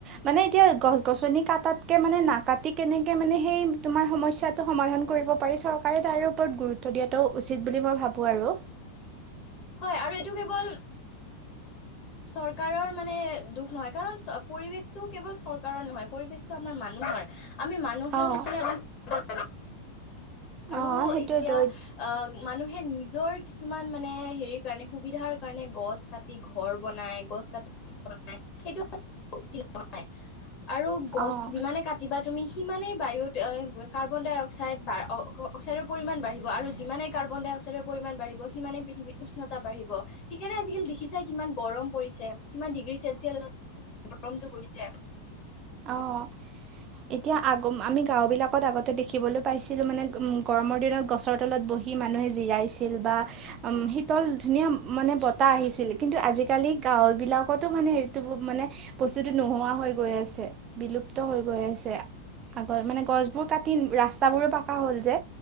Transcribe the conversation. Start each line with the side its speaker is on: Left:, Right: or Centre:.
Right: মানে এতিয়া গছ গছনি কাটাতকে মানে নাকাটি কেনেকে মানে সেই তোমাৰ সমস্যাটো সমাধান কৰি চৰকাৰে তাৰ ওপৰত গুৰুত্ব দিয়াতটো উচিত বুলি মই ভাবো আৰু।
Left: হয় আৰু এইটো কেৱল চৰকাৰৰ মানে দুখ নহয়, কাৰণ পৰিৱেশতটো কেৱল চৰকাৰৰ নহয় পৰিৱেশ টো আমাৰ মানুহ আমি মানুহেও
Right: অ'।
Left: মানে আৰু
Right: অ', সেইটোৱেতো
Left: এতিয়া অ মানুহে নিজৰ কিছুমান মানে হেৰিৰ কাৰণে সুবিধাৰ কাৰণে গছ কাটি ঘৰ বনাই গছ কাটি বনাই সেইটো <unintelligible> আৰু গছ
Right: অ'।
Left: যিমানে কাটিবা তুমি সিমানেই বায়ু কাৰ্বন ডাই অক্সাইড বা অক্সাইডৰ পৰিমাণ বাঢ়িব। আৰু যিমানেই কাৰ্বন ডাই অ্সাইডৰ পৰিমাণ বাঢ়িব সিমানে পৃথিৱীত উষ্ণতা বাঢ়িব, সেইকাৰণে আজিকালি দেখিছে কিমান গৰম পৰিছে। কিমান ডিগ্ৰী ছেলচিয়াছ গৰমটো হৈছে।
Right: অঁ এতিয়া আগ আমি গাঁওবিলাকত আগতে দেখিবলৈ পাইছিলোঁ মানে গৰমৰ দিনত গছৰ তলত বহি মানে মানুহে যিৰাইছিল বা উম শীতল ধুনীয়া মানে বতাহ আহিছিল কিন্তু আজিকালি গাঁবিলাক কটো মানে সেইটো মানে বস্তুটো নোহোৱা হৈ গৈ আছে, বিলুপ্ত হৈ গৈ আছে। আগত মানে গছ বোৰ কাটি ৰাস্তাবোৰো পাকা হ'ল যে।